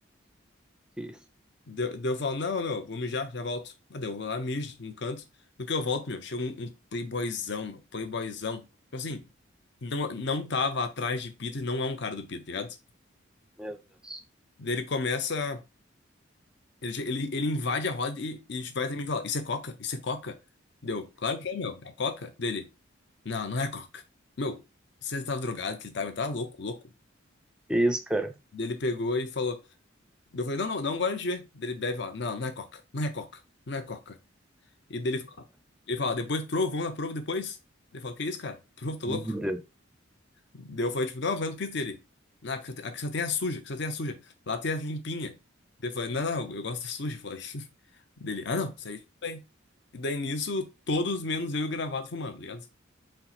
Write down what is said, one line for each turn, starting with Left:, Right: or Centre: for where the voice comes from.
Centre: Que isso?
Left: Deu, deu eu falo, não, meu, vou mijar, já volto. Mas daí eu vou lá, mijo num canto. No que eu volto, meu, chega um, um playboyzão, meu, playboyzão. Tipo assim, não, não tava atrás de Pito e não é um cara do Pito, tá ligado?
Centre: Meu Deus.
Left: Daí ele começa, ele, che- ele, ele invade a roda e, e vai até mim e fala, isso é coca? Isso é coca? Deu, claro que é, meu, é coca? Dele, não, não é coca. Meu, você tava drogado, que ele tava, tá louco, louco.
Centre: Que isso, cara?
Left: Daí ele pegou e falou, eu falei, não, não, não, agora de ver. Daí ele bebe e fala, não, não é coca, não é coca, não é coca. E dele fala, ele fala, depois prova, vamos na prova depois? Ele fala, que isso, cara? Prova, tá
Centre: Meu
Left: louco?
Centre: Deus.
Left: Daí eu falei, tipo, não, vai no pito dele. Não, aqui só tem aqui só tem a suja, aqui só tem a suja. Lá tem a limpinha. Daí eu falei, não, não, eu gosto da suja, eu falei. <laughs> Dele, ah, não, isso aí tudo bem. E daí nisso, todos menos eu e o gravata fumando, tá ligado?